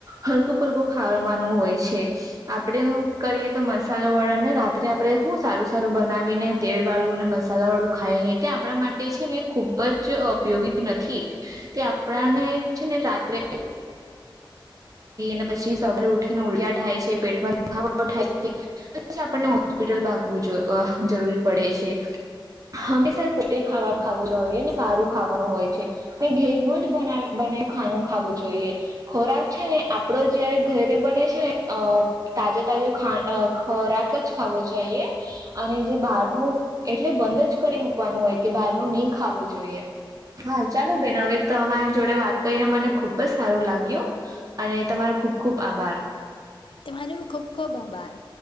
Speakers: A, on the right; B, on the left.
A: હલકું પલકું ખાવાનું હોય છે આપડે કરીએ તો મસાલો વળા ને રાત્રે આપડે હું સારું સારું બનાવીને તેળ વાળું અને મસાલા વાળું ખાયલી તે આપણા માટે છે ને ખૂબ જ ઉપયોગી નથી તે આપણાને છે ને રાત્રે ને પછી સવારે ઉઠી ને ઉલટીયા થાય છે પેટમાં દુખાવા થાય છે અચ્છા પણ ને હોસ્પિટલ ભાગવું જરૂરી પડે છે હંમેશા પોતે ખાવાનું ખાવું જો હોઈએ ને સારું ખાવાનું હોય છે ઘેર નું જ બના બનેવું ખાનું ખાવું જોઈએ ખોરાક છે ને આપડો જયારે ઘરે બને છે ને અ તાજુ તાજું ખોરાક જ ખાવ જઈએ અને જે બહાર ન એટલે બંધ જ કરી મૂકવાનું હોય કે બહારનું ની ખાવું જોઈ હા ચાલો બેન હવે તમારી જોડે વાત કરીને મને ખુબ જ સારું લાગ્યું અને તમારો ખુબ ખુબ આભાર
B: તમારો ખૂબ ખૂબ આભાર